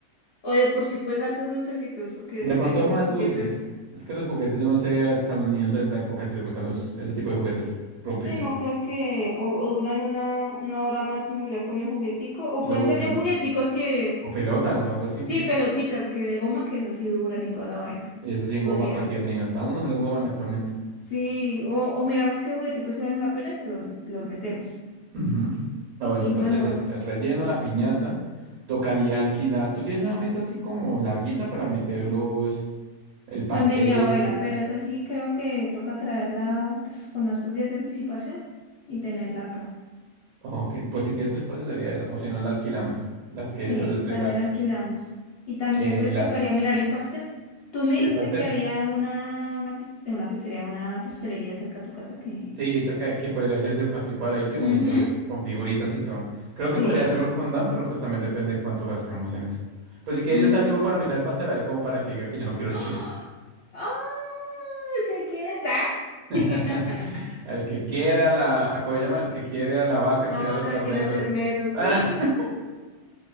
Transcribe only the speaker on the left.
o de por sí pues hartos dulcecitos, porque
puede
que
los juguetes,
sí, no creo que, o, o duran una, una hora máximo ya con el juguetico, o
pueden
ser ya jugueticos que,
sí, peloticas, que de goma que esas sí duran y toda la vaina.
Podría.
Sí, o, o miramos qué jugueticos se valen la pena y se los, los metemos.
Y
bueno,
donde mi abuela, pero es así, creo que toca traerla pues con hartos días de anticipación y tenerla acá.
Sí,
también la alquilamos. Y también
pues
tocaría mirar el pastel. Tú me
dijiste
que había una, una, piz- eh, una pizzería, una pastelería cerca a tu casa que...
Ujú,
sí.
Mm,
es-
¡Ah!
¡Ay! ¿Qué quieres?
<laughs>
A la
vaca
que era el ternero. su-